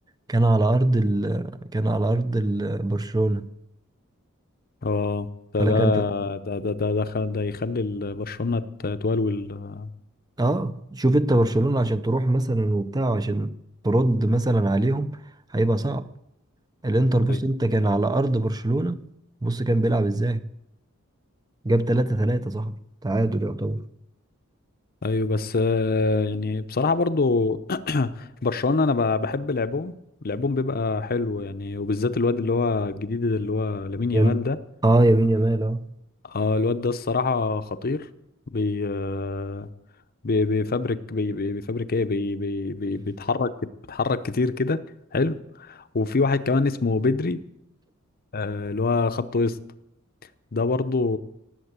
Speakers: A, on the right; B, on the left.
A: كان على ارض ال... كان على ارض ال... برشلونة
B: اه ده
A: انا
B: ده
A: تمام كانت
B: ده ده ده ده, خ- ده يخلي ال- برشلونة ت- تولول آه،
A: اه شوف انت برشلونة عشان تروح مثلا وبتاع عشان ترد مثلا عليهم هيبقى صعب الانتر بص
B: ايوه
A: انت كان على ارض برشلونة بص كان بيلعب ازاي جاب 3 3 صاحبي تعادل يعتبر
B: ايوه بس آه يعني بصراحة برضو <clears throat> برشلونة انا ب- بحب لعبهم لعبهم بيبقى حلو يعني وبالذات الواد اللي هو الجديد ده اللي هو لامين يامال
A: يم...
B: ده
A: اه يمين يمال اه
B: اه الواد ده الصراحة خطير بي آه، بي- بيفبرك بي- بي- بيفبرك ايه بي بي بي بيتحرك بيتحرك كتير كده حلو وفي واحد كمان اسمه بدري آه، اللي هو خط وسط ده برضو